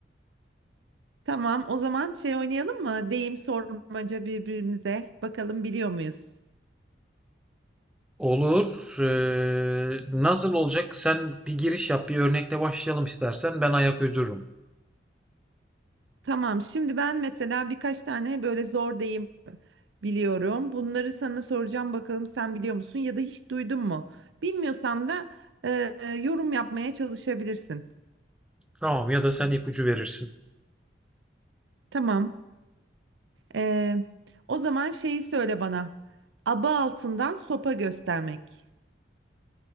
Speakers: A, on the right; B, in the centre.
A: Tamam, o zaman şey oynayalım mı? Deyim sormaca birbirimize. Bakalım biliyor muyuz?
B: Olur. Ee, nasıl olacak? Sen bir giriş yap, bir örnekle başlayalım istersen. Ben ayak uydururum.
A: Tamam, şimdi ben mesela birkaç tane böyle zor deyim biliyorum. Bunları sana soracağım bakalım sen biliyor musun ya da hiç duydun mu? Bilmiyorsan da e, yorum yapmaya çalışabilirsin.
B: Tamam ya da sen ipucu verirsin.
A: Tamam. Ee, o zaman şeyi söyle bana. Aba altından sopa göstermek.